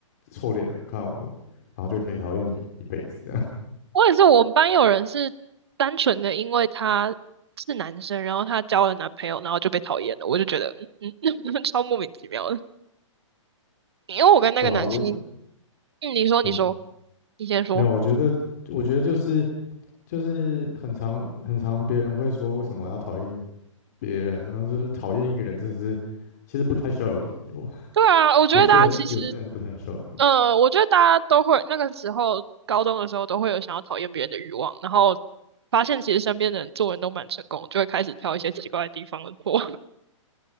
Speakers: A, on the left; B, on the right.
A: 臭脸的看我？然后就可以讨厌你一辈子这样，
B: 我也是，我们班有人是单纯的因为他是男生，然后他交了男朋友，然后就被讨厌了。我就觉得，嗯嗯 <laughs>，超莫名其妙的。因为我跟那个男生，
A: <laughs> 对啊，我
B: 嗯，你说，你说，
A: 嗯，
B: 你先说。
A: 没有，我觉得我觉得就是就是很常很常别人会说为什么要讨厌别人那就是讨厌一个人，真的是其实不太需要有理由。<laughs>
B: 对啊，我觉得大家其实，
A: 有些人有些人是不太需要理由。
B: 呃，我觉得大家都会那个时候高中的时候都会有想要讨厌别人的欲望，然后发现其实身边的人做人都蛮成功，就会开始挑一些奇怪的地方的错。<laughs>